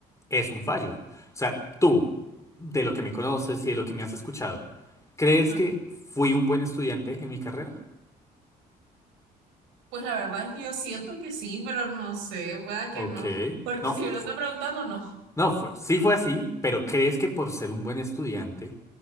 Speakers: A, on the left (about 15°); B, on the right (about 90°).
A: es un fallo. O sea, tú, de lo que me conoces y de lo que me has escuchado, ¿crees
B: Ajá.
A: que fui un buen estudiante en mi carrera?
B: Pues la verdad es que yo siento que sí, pero no sé, pueda que
A: Ok.
B: no, porque
A: No,
B: si me
A: fu-
B: lo están preguntando, no.
A: no, fue- sí fue así, pero ¿crees que por ser un buen estudiante